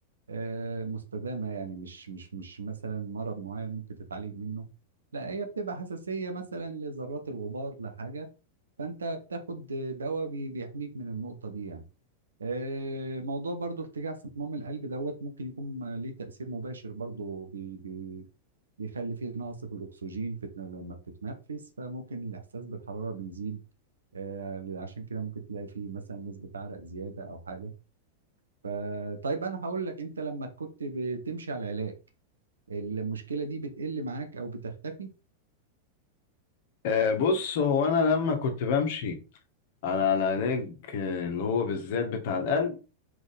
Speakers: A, on the right (about 70°); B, on the left (about 50°).
A: آه، مستدامة يعني مش مش مش مثلا مرض معين ممكن تتعالج منه لا هي بتبقى حساسية مثلا لذرات الغبار لحاجة فأنت بتاخد دواء بي- بيحميك من النقطة دي يعني آه، موضوع برضو ارتجاع صمام القلب دوت ممكن يكون ليه تأثير مباشر برضو بي بي بيخلي فيه نقص في الأكسجين في لما بتتنفس فممكن الإحساس بالحرارة بيزيد آه، عشان كده ممكن تلاقي فيه مثلا نسبة عرق زيادة أو حاجة فطيب انا هقول لك انت لما كنت بتمشي على العلاج المشكله دي بتقل معاك او بتختفي
B: آه، بص هو أنا لما كنت بمشي على العلاج آه، اللي هو بالذات بتاع القلب